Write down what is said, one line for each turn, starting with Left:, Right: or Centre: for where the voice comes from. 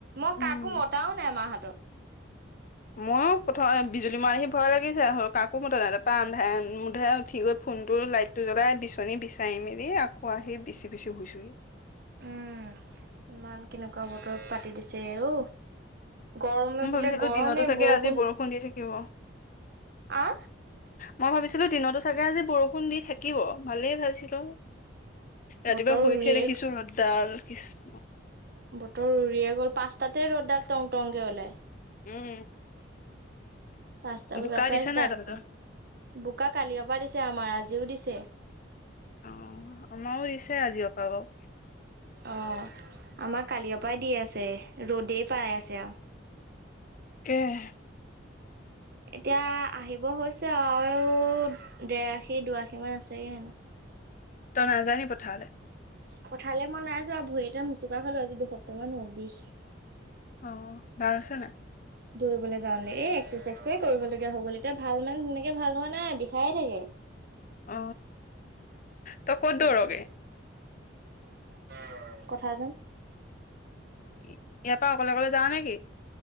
Right: মই
Left: উম।
Right: কাকো মতাও নাই মাহতক। <unintelligible>
Left: মইও প্ৰথম বিজুলী মাৰাহি ভয় লাগিছে আৰু কাকো মতা নাই, তাৰপা আন্ধাৰে মুন্ধাৰে উঠি গৈ ফোন ত লাইট টো জ্বলাই বিচনী বিচাৰি মেলি আকৌ আহি বিচি, বিচি শুইছোহি।
Right: উম, ইমান কেনেকুৱা বত পাতি দিছে আৰু গৰমে
Left: মই ভাবিছিলো
Right: বোলে গৰমে
Left: দিনতো চাগে
Right: বৰষুণ
Left: আজি দি থাকিব
Right: আ
Left: মই ভাবিছিলো দিনতো চাগে আজি বৰষুণ দি থাকিব। ভালেই পাইছিলো, ৰাতিপুৱা
Right: বতৰ
Left: শুই
Right: উৰিয়ে
Left: উঠি দেখিছো ৰ'দডাল কৃষ্ণ।
Right: বতৰ উৰিয়ে গ'ল, পাঁচটাতে ৰ'দডাল টং টংকে ওলাই।
Left: উম,
Right: পাঁচটা বজাৰ
Left: বোকা
Right: পৰাই
Left: দিছে
Right: ষ্টাৰ্ট
Left: নাই তহঁতৰ
Right: কৰি, বোকা কালিঅপা দিছে আমাৰ আজি আজিও দিছে।
Left: অ', আমাৰো দিছে আজিৰ পৰা বাৰু।
Right: অ', আমাৰ কালিঅপাই পৰা দি আছে ৰ'দেই পাই আছে আৰু।
Left: তাকেই।
Right: এতিয়া আহিব হৈছে আৰু দেৰ আশী, দুআশী মান আছেগে হেনো।
Left: তই নাই যোৱা নেকি পথাৰলৈ?
Right: পথাৰলৈ মই নাই যোৱা, ভৰি এটা মুচুকা খালো আজি দুসপ্তাহ মান হল বিষ।
Left: অ', ভাল হৈছেনে নাই?
Right: দৌৰিবলৈ যাওঁ এই এক্সাৰচাইজ কৰিবলগীয়া হৈ গল, এতিয়া ভাল মানে সেনেকে ভাল হোৱা নাই বিষাইে থাকে।
Left: অ তই ক'ত দৌৰগে
Right: এই <unintelligible> কথা যেন
Left: ইয়াৰ পৰা অকলে, অকলে যাও নেকি?